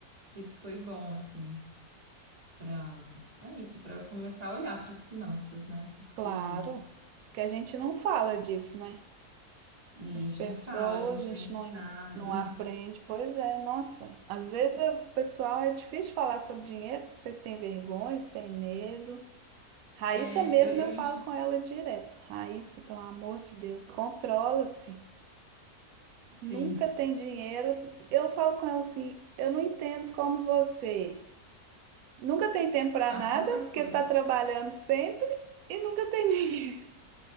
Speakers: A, on the right; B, on the right.
A: que isso foi bom, assim, para, é isso, para eu começar a olhar para as finanças, né? Porque
B: Claro. Porque a gente não fala disso, né?
A: a gente
B: As pessoas,
A: não fala, a gente
B: a gente
A: não é ensinado.
B: não, não
A: <laughs>
B: aprende. Pois é, nossa. Às vezes é- o pessoal é difícil falar sobre dinheiro. Vocês têm vergonha, vocês têm medo. Raíssa
A: É,
B: mesmo,
A: eu, eu
B: eu falo
A: acho,
B: com ela direto. Raíssa, pelo amor de Deus, controla-se.
A: assim,
B: Nunca tem dinheiro. Eu falo com ela assim, eu não entendo como você nunca tem tempo para
A: faz
B: nada,
A: tanta
B: porque
A: coisa.
B: tá trabalhando sempre e nunca tem <laughs> dinheiro.